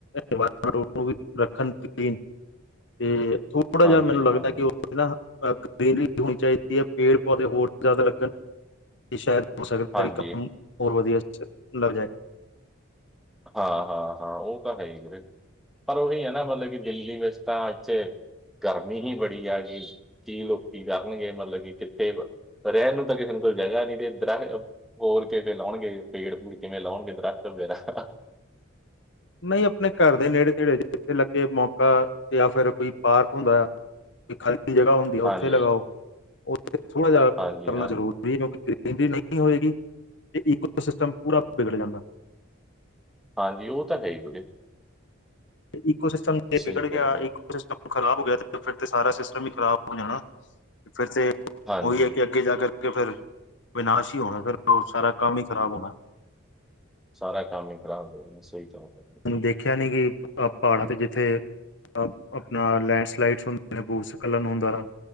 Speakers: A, on the left; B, in the centre.
A: ਇਵਾਮਟ ਉਹ ਰੱਖਣ ਕਲੀਨ ਅਤੇ, ਥੋੜਾ
B: ਹਾਂਜੀ
A: ਜਿਹਾ ਮੈਨੂੰ ਲੱਗਦਾ,
B: ਹਾਂਜੀ
A: ਕਿ ਨਾ ਗਰੀਨਰੀ ਹੋਣੀ ਚਾਹੀਦੀ ਹੈ, ਪੇੜ ਪੌਦੇ ਹੋਰ ਜ਼ਿਆਦਾ ਲੱਗਣ ਇਹ ਸ਼ਾਇਦ ਹੋ ਸਕਦਾ,
B: ਹਾਂਜੀ
A: ਕਿ ਕੰਮ ਹੋਰ ਵਧੀਆ ਲੱਗ ਜਾਏ। <unintelligible>
B: ਹਾਂ-ਹਾਂ-ਹਾਂ, ਉਹ ਤਾਂ ਹੈ ਹੀ ਪਰ ਉਹੀ ਹੈ, ਨਾ ਮਤਲਬ ਕਿ ਦਿੱਲੀ ਵਿੱਚ ਤਾਂ ਇੱਥੇ ਗਰਮੀ ਹੀ ਬੜੀ ਆਗੀ। ਕੀ ਲੋਕ ਕਰਨਗੇ ਮਤਲਬ, ਕਿ ਕਿੱਥੇ ਰਹਿਣ ਨੂੰ ਤਾਂ ਕਿਸੇ ਨੂੰ ਕੋਈ ਜਗ੍ਹਾ ਨੀ ਤੇ ਦ ਹੋਰ ਕਿਵੇਂ ਲਾਉਣਗੇ, ਪੇੜ ਫੂੜ ਕਿਵੇਂ ਲਾਣਗੇ ਦਰਖਤ ਵਗੈਰਾ
A: ਨਹੀਂ ਆਪਣੇ ਘਰ ਦੇ ਨੇੜੇ-ਤੇੜੇ ਇੱਥੇ ਲੱਗੇ ਮੌਕਾ ਜਾਂ ਫਿਰ ਕੋਈ ਪਾਰਕ ਹੁੰਦਾ। ਖਾਲੀ ਜਗ੍ਹਾ ਹੁੰਦੀ ਆ
B: ਹਾਂਜੀ
A: ਉੱਥੇ ਲਗਾਓ ਉਥੇ ਥੋੜਾ ਜਿਹਾ ਕਰਨਾ
B: ਹਾਂਜੀ ਹਾਂ
A: ਜ਼ਰੂਰੀ ਕਿਉਂਕਿ ਗਨਰੀ ਨਹੀਂ ਹੋਏਗੀ ਤੇ ਈੋ ਸਿਸਟਮ ਪੂਰਾ ਵਿਗੜ ਜਾਂਦਾ
B: ਹਾਂਜੀ ਉਹ ਤਾਂ ਹੈ ਹੀ ਵੀਰੇ
A: ਈਕੋ ਸਿਸਟਮ ਤੇ
B: ਸਹੀ
A: ਵਿਗੜ
B: ਕਹਿ
A: ਗਿਆ
B: ਰਹੇ ਹੋ
A: ਸਿਸਟਮ ਖ਼ਰਾਬ ਹੋ ਗਿਆ ਤੇ ਫਿਰ ਤੇ ਸਾਰਾ ਸਿਸਟਮ ਹੀ ਖਰਾਬ ਹੋ ਜਾਣਾ ਫਿਰ ਤੇ
B: ਹਾਂਜੀ
A: ਉਹੀ ਹੈ ਕਿ <unintelligible> ਇਹਨਾ ਕਰਕੇ ਫਿਰ ਬਿਨਾਸ਼ ਹੀ ਹੋਣਾ ਸਾਰਾ ਕੰਮ ਹੀ ਖ਼ਰਾਬ ਹੋਣਾ
B: ਸਾਰਾ ਕੰਮ ਹੀ ਖਰਾਬ ਹੋ ਜਾਣਾ ਸਹੀ ਚ ਕਰ
A: ਮੈਨੂੰ ਦੇਖਿਆ ਨੀ ਕਿ ਪਹਾੜਾਂ ਤੇ ਜਿੱਥੇ ਆਪਣਾ ਲੈਂਡਸਲਾਈਡਸ ਹੁੰਦੇ ਨੇ ਬੂਸਕਕਲਨ ਹੁੰਦਾ